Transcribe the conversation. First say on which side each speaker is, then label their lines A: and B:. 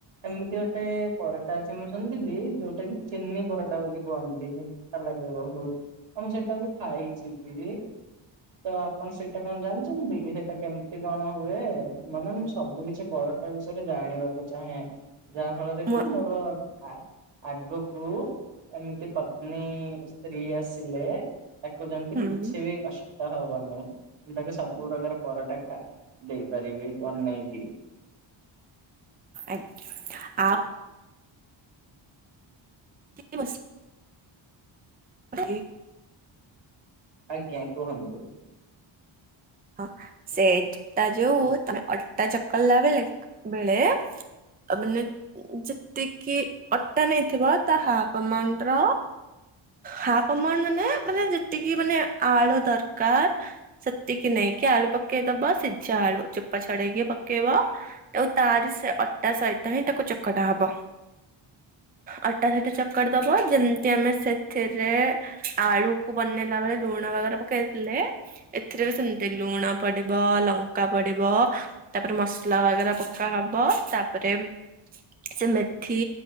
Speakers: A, on the right; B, on the right.
A: ଏମିତି ଗୋଟେ ପରଟା ଅଛି ମୁଁ ଶୁଣିଥିଲି ଯୋଉଟା କି ଚିନି ପରଟା ବୋଲି କୁହନ୍ତି। ଠା ଲାଗିବ ବହୁତ। ଆ ମୁଁ ସେଇଟା ବି ଖାଇଛି ବି। ତ ଆପଣ ସେଇଟା କଣ ଜାଣିଣନ୍ତି କି ସେଟା କେମିତି କଣ ହୁଏ ମାନେ ମୁଁ ସବୁ କିଛି ପରଟା ବିଷୟରେ ଜାଣିବାକୁ ଚାହେଁ ଯାହା ଫଳରେ
B: ମୁଁ
A: କି ମୋର ଧା ଆଗକୁ ଏମିତି ପତ୍ନୀ ସ୍ତ୍ରୀ ଆସିଲେ ଆକୁ ଯେମତି
B: ହୁଁ
A: କିଛି ବି କଷ୍ ତ ହବନେଇ ମୁଁ ତାକୁ ସବୁ ପ୍ରକାର ପରଟା ଖା ଦେଇପାରିବି ବନେଇକି।
B: ଆଜ୍ଞା ଆ କି ବସ୍ ଇ
A: ଆଜ୍ଞା କୁହନ୍ତୁ।
B: ହଁ। ସେଟା ଯୋଉ ତମେ ଅଟା ଚକଲା ବେଳେ ବେଳେ ମାନେ ଯେତିକି ଅଟା ନେଇଥିବ ତା ହାଫ୍ ଆମାଣ୍ଡର ହାପ୍ ଆମାଉଣ୍ଡ ମାନେ ମାନେ ଯେତିକି ମାନେ ଆଳୁ ଦରକାର। ସେତିକି ନେଇକି ଆଳୁ ପକେଇଦବା ସିଜା ଆଳୁ ଚୋପା ଛଡେଇକି ପକେଇବ। ଟାଉ ତାରି ସେ ଅଟା ସହିତ ହିଁ ତାକୁ ଚକଟା ହବ। ଅଟା ସେଟା ଚକଡ଼ି ଦବ ଯେମତି ଆମେ ସେଥେରେ ଆଳୁକୁ ବନେଇଲା ବେଳେ ଲୁଣ ବଗେରା ପକେଇଥିଲେ। ଏଥିରେ ବି ସେମତି ଲୁଣ ପଡ଼ିବ ଲଙ୍କା ପଡ଼ିବ। ତାପରେ ମସଲା ବଗେରା ପକା ହବ ତାପରେ ସେ ମେଥି